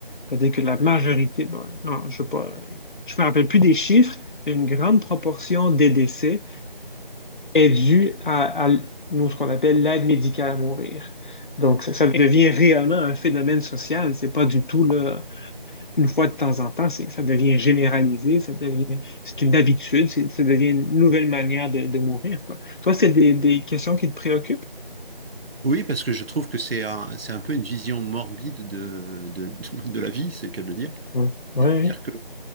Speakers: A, on the left; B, on the right.
A: C'est-à-dire que la majorité, bon, non, je ne pas, je me rappelle plus des chiffres, mais une grande proportion des décès est due à, à nous, ce qu'on appelle l'aide médicale à mourir. Donc, ça, ça devient réellement un phénomène social. C'est pas du tout là, une fois de temps en temps, c'est- ça devient généralisé, ça devient, c'est une habitude, c'est- ça devient une nouvelle manière de, de mourir, quoi. Toi, c'est des, des questions qui te préoccupent?
B: Oui, parce que je trouve que c'est un, c'est un peu une vision morbide de, de, <laughs> de la vie, c'est le cas de le dire.
A: Oui, oui,
B: C'est-à-dire que,